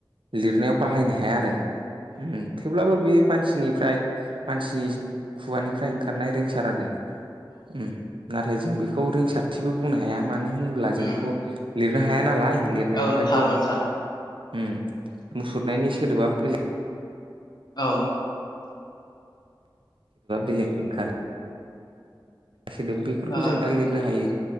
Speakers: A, on the right (about 85°); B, on the left (about 55°).
A: लिरनायाव बाहायनो हाया आरो ओम थेवब्लाबो बे मानसिनिफ्राय मानसिनि खुगानिफ्राय ओंखारनाय रिंसार आरो उम नाथाय जों बेखौ रोंसारथिबो बुंनो हाया मानो होनोब्ला
B: उम
A: जों बेखौ लिरनो हाया नालाय लिरनायावहायथ'
B: औ थार बाथ्रा
A: उम मुसुरनायनि सोदोबा बेलेग
B: औ
A: बेलेग ओंखारो सोदोब बेफोरखौ
B: औ
A: जों दा लिरनो हायो